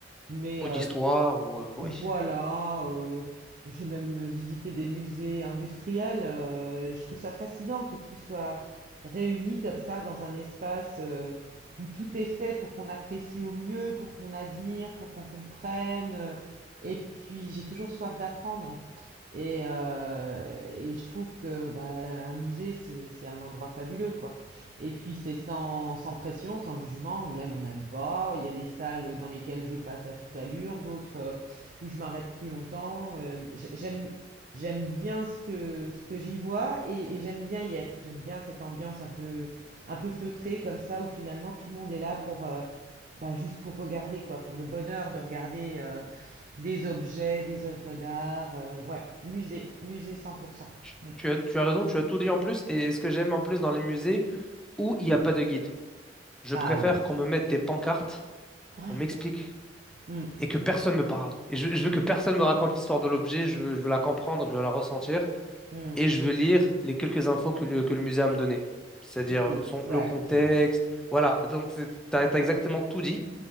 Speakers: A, on the right; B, in the centre.
A: mais
B: Ou
A: euh,
B: d'histoire, ou... euh, ouais.
A: voilà, euh, j'ai même visité des musées industriels. euh, je trouve ça fascinant que tout soit réuni comme ça dans un espace euh, où tout est fait pour qu'on apprécie au mieux, pour qu'on admire, pour qu'on comprenne. euh, Et puis j'ai toujours soif d'apprendre. Et, euh, et je trouve que bah, un musée, c'est, c'est un endroit fabuleux, quoi. Et puis c'est sans, sans pression, sans jugement, on aime, on n'aime pas. Il y a des salles dans lesquelles je passe à toute allure, d'autres euh, où je m'arrête plus longtemps. Euh, j- j'aime, j'aime bien ce que, ce que j'y vois et, et j'aime bien y être. J'aime bien cette ambiance un peu, un peu feutrée comme ça où finalement tout le monde est là pour, euh, bah, juste pour regarder quoi, pour le bonheur de regarder euh, des objets, des œuvres d'art. euh, ouais, musée, musée 100%.
B: Tu,
A: Mm.
B: tu as, tu as raison, tu as tout dit en plus. Et ce que j'aime en plus dans les musées où il n'y a pas de guide, je
A: Ah
B: préfère
A: oui.
B: qu'on me mette des pancartes,
A: Ouais.
B: on m'explique,
A: Mm,
B: et que personne me parle. Et je, je veux que personne me raconte l'histoire de l'objet, je veux, je veux la comprendre, je veux la ressentir.
A: mm.
B: et je veux lire les quelques infos que le, que le musée a me donné. C'est-à-dire
A: C'est
B: euh,
A: exactement
B: son, le contexte.
A: ça.
B: Voilà, donc tu as, exactement tout dit